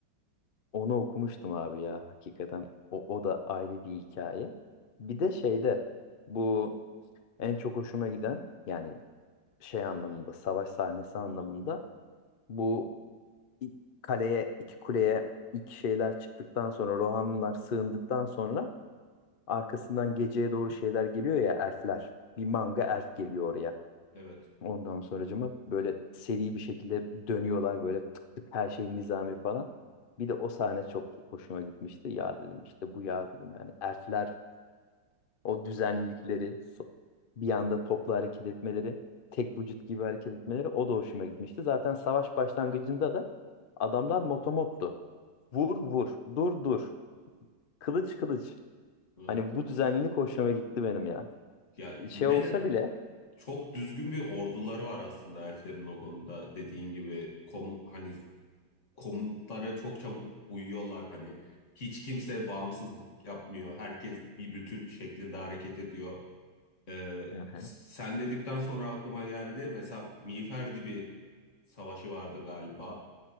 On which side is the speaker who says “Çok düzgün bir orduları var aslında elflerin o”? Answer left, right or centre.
Left